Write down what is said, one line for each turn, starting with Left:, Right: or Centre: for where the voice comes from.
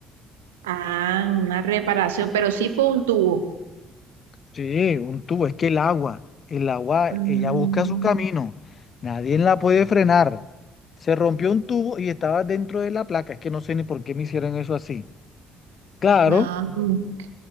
Right: Ah, una reparación, pero sí fue un tubo.
Left: Sí, un tubo, es que el agua, el agua,
Right: Mm,
Left: ella busca su camino, nadie la puede frenar. Se rompió un tubo y estaba dentro de la placa, es que no sé ni por qué me hicieron eso así. Claro,
Right: no, ok.